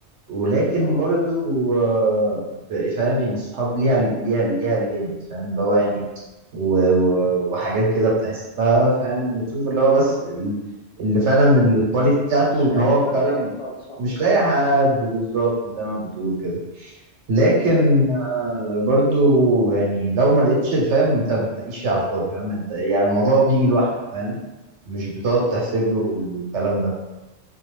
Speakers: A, on the right; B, on the left.
A: ولكن
B: طبعا
A: برضو آه، ب- فاهم يعني الصحاب ليها ليها ليها الليميت فاهم اللي هو يعني و- و- وحاجات كده بتحسبها فاهم وتشوف اللي هو بس ال- اللي فعلا ال- الكواليتي بتاعته
B: مش اي
A: ان هو
B: حد
A: فعلا
B: ينفع تصاحبه
A: مش لاقي حد بالظبط زي ما بتقول كده لكن
B: م- م-
A: آه، برضو يعني لو ما لقيتش الفهم انت بتناقش على الفاضي فاهم انت يعني الموضوع بيجي لوحده فاهم مش بتقعد
B: م-
A: تحسب له وال- والكلام ده